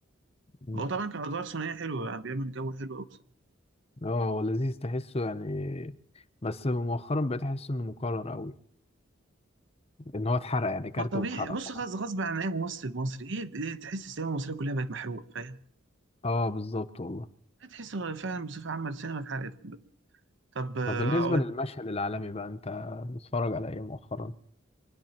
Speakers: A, on the left; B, on the right.
A: مم.
B: هو طبعا كان ادوار ثنائيه حلوه يعني بيعمل جو حلو قوي بصراحه
A: اه هو لذيذ تحسه يعني بس مؤخرا بقيت احس انه مكرر قوي ان هو اتحرق يعني كارت
B: ما طبيعي
A: واتحرق
B: بص
A: خلاص
B: غصب غصب عن اي ممثل مصري ايه إيه تحس السينما المصريه كلها بقت محروقه فاهم
A: اه بالظبط والله
B: تحس فعلا بصفه عامه السينما اتحرقت طب آه،
A: طب بالنسبة للمشهد العالمي بقى انت بتتفرج على ايه مؤخرا